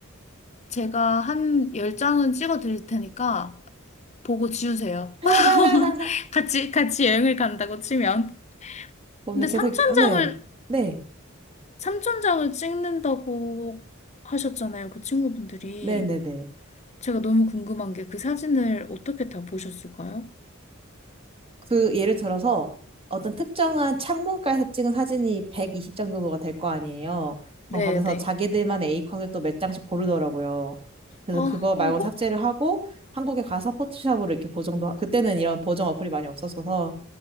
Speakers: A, on the left; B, on the right.
A: 제가 한 10장은 찍어 드릴 테니까 보고 지우세요.
B: <laughs>
A: <laughs> 같이, 같이 여행을 간다고 치면.
B: 오늘
A: 근데
B: 계속,
A: 3천장을,
B: 네네. 네.
A: 3천장을 찍는다고 하셨잖아요. 그 친구분들이.
B: 네네네.
A: 제가 너무 궁금한 게 그 사진을 어떻게 다 보셨을까요?
B: 그, 예를 들어서 어떤 특정한 창문가에서 찍은 사진이 120 정도가 될 거 아니에요. 그럼
A: 네네.
B: 거기서 자기들만의 A컷을 또 몇 장씩 고르더라고요. 그래서
A: 아,
B: 그거 말고
A: 어, 호-
B: 삭제를 하고 한국에 가서 포토샵으로 이렇게 보정도, 하- 그때는 이런 보정 어플이 많이 없었어서